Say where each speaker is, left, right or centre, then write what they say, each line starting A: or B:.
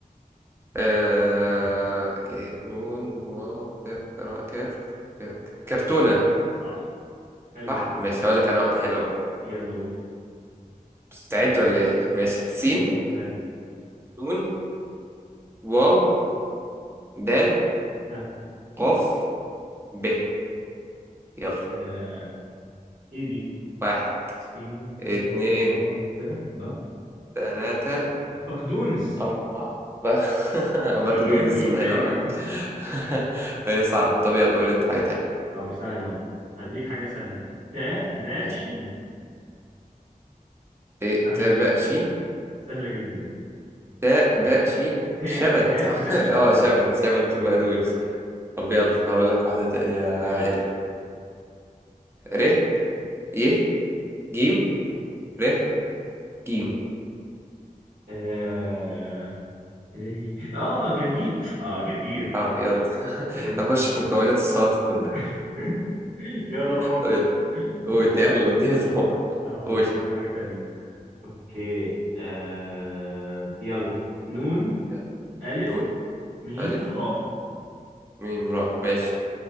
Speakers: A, on the right; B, on the right.
A: آه...
B: فكر فيها
A: إيه، نون واو تاء، راء كاف آه، كرتونة
B: صح حلوة
A: صح
B: أوي.
A: ماشي هقول لك انا واحدة حلوة بقى
B: يلا قول
A: مستعد ولا ايه ماشي سين
B: يلا مستعد
A: نون واو دال
B: ها
A: قاف ب يلا
B: آه... ايه دي
A: واحد
B: سين
A: اتنين
B: ب ب بق
A: تلاتة
B: بقدونس
A: أربعة ب- <laughs> بقدونس
B: ما جاتش تيجي
A: الله
B: في بالي
A: ينور
B: دي
A: عليك <laughs> هي صعبة طب يلا قول انت
B: يلا.
A: حاجة تانية
B: طب سهلة اهو هديك حاجة سهلة تاء باء
A: ماشي
B: شين
A: إيه
B: سهلة
A: تاء
B: جدا
A: باء شين
B: سهلة جدا
A: تاء باء شين
B: تاء
A: شبت
B: تاء
A: <laughs>
B: باء شين
A: اه
B: اه
A: شبت شبت
B: إيه،
A: وبقدونس طب يلا هقول لك واحدة تانية
B: جميل.
A: حلو ر ي جيم ر جيم
B: اه إيه هي؟ آه، جرجير اه جرجير
A: اه يلا <laughs>
B: ايش
A: هنخش في مكونات السلطة كلها
B: <laughs> يلا طماطم
A: طب يلا قول
B: لا يلا
A: يلا اديني طبق
B: هقول
A: قول
B: لك على حاجة تانية اوكي آه... يلا نون
A: يلا.
B: ألف
A: نون
B: ميم
A: ألف
B: راء
A: ميم راء ماشي